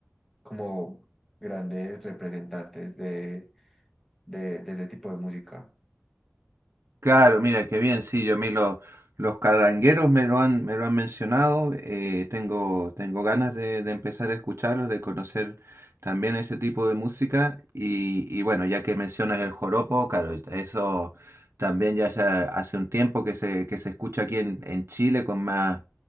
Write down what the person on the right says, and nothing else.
Claro, mira, qué bien, sí, yo a mí lo- los carrangueros me lo han, me lo han mencionado, eh, tengo, tengo ganas de, de empezar a escucharlos, de conocer también ese tipo de música y, y bueno, ya que mencionas el joropo, claro, eso también ya hace, hace un tiempo que se, que se escucha aquí en, en Chile con más